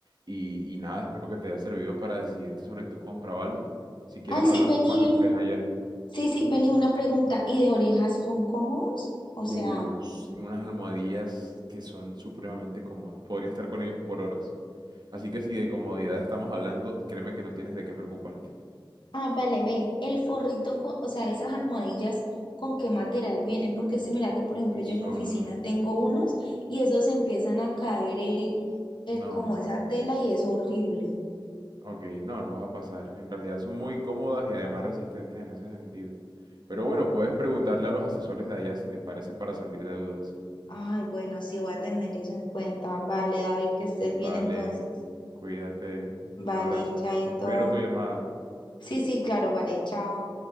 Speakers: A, on the right; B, on the left.
A: Y, y nada, espero que te haya servido para decidirte sobre tu compra, ¿vale? Si quieres
B: Ay,
A: hablamos
B: sí, vení,
A: cuando
B: vení.
A: estés allá.
B: Sí, sí, vení, una pregunta. ¿Y de orejas son cómodos? O
A: Uh,
B: sea,
A: tiene unas almohadillas que son supremamente cómodas. Podría estar con ellos por horas. Así que si de comodidad estamos hablando, créeme que no tienes de qué preocuparte.
B: ah, vale, ve, el forrito, co- o sea, esas almohadillas, ¿con qué material vienen? Porque se mira que, por ejemplo,
A: Son...
B: yo en mi oficina tengo unos y esos empiezan a caer el, el,
A: No,
B: como
A: no.
B: esa tela y es horrible.
A: Ok, no, no va a pasar. En realidad son muy cómodas y además resistentes en ese sentido. Pero bueno, puedes preguntarle a los asesores de allá si te parece para salir de dudas.
B: Ay, bueno, sí voy a tener eso en cuenta. Vale, David, que estés bien
A: Vale,
B: entonces.
A: cuídate.
B: Vale,
A: Un abrazo.
B: chaito.
A: Espero tu llamada.
B: Sí, sí, claro, vale, chao.